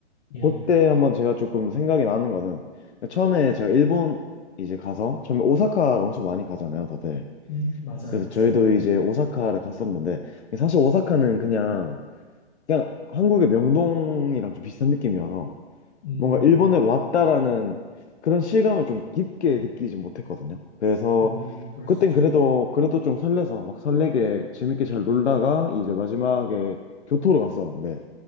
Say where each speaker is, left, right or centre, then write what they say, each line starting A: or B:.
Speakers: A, on the left; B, on the left.
A: 예,
B: 그때
A: 예.
B: 한번 제가 조금 생각이 나는 거는 그러니까 처음에 제가 일본 이제 가서 처음에 오사카를 엄청 많이 가잖아요, 다들.
A: 음, 맞아요,
B: 그래서
A: 맞아요.
B: 저희도 이제 오사카를 갔었는데 사실 오사카는 그냥 그냥 한국의 명동이랑 좀 비슷한 느낌이어서
A: 음,
B: 뭔가 일본에 왔다라는 그런 실감을 좀 깊게 느끼지 못했거든요. 그래서
A: 음, 그럴
B: 그땐
A: 수 있죠.
B: 그래도 그래도 좀 설레서 막 설레게 재밌게 잘 놀다가 이제 마지막에 교토로 갔었는데